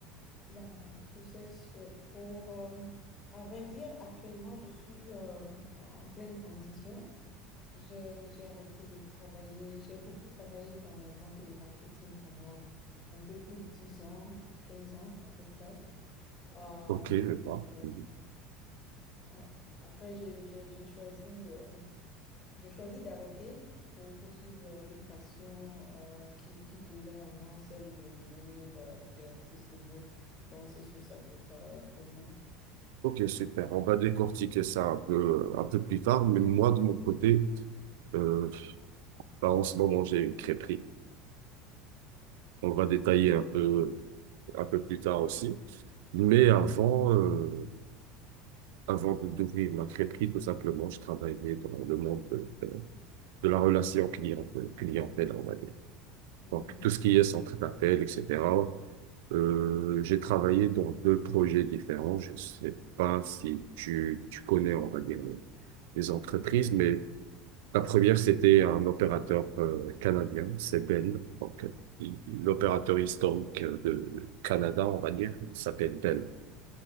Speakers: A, on the left (about 30°); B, on the right (about 85°).
A: Bah, tu sais, c'est pour, euh, à vrai dire, actuellement, je suis euh, en pleine transition. J'ai, j'ai arrêté de travailler. J'ai beaucoup travaillé dans la vente et le marketing pendant un peu plus de 10 ans, 15 ans à peu près. Euh,
B: Ok, je vois.
A: mais,
B: Mhm.
A: ouais. Après, j'ai j'ai- j'ai choisi, euh, j'ai choisi d'arrêter pour poursuivre euh, une passion euh, qui, qui brûlait en moi, celle de devenir euh, créatrice de mode. Donc, c'est sur ça que je travaille actuellement.
B: Ok, super. On va décortiquer ça un peu, un peu plus tard, mais moi, de mon côté, euh, bah, en ce moment, j'ai une crêperie. On va détailler un peu. un peu plus tard aussi. Mais
A: Hmm,
B: avant, euh, avant d'ouvrir ma crêperie, tout simplement, je travaillais dans le monde de, de la relation client, clientèle, on va dire.
A: mhm,
B: Donc, tout ce qui est centre d'appel, etc. Euh, j'ai travaillé dans deux projets différents. Je sais pas si tu, tu connais, on va dire, euh, les entreprises, mais la première, c'était un opérateur euh, canadien, c'est Bell. Donc, euh, il- l'opérateur historique euh, de Canada, on va dire, il s'appelle Bell.